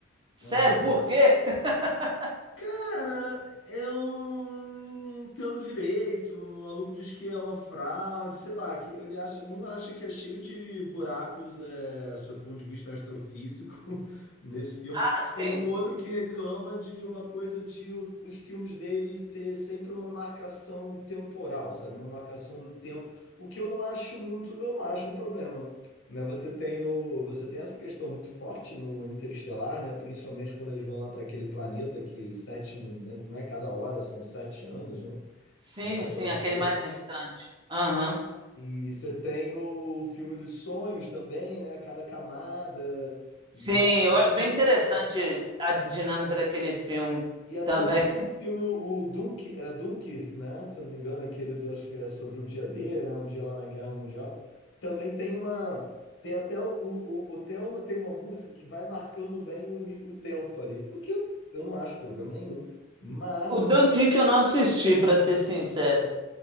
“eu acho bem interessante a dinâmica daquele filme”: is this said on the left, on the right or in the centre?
Right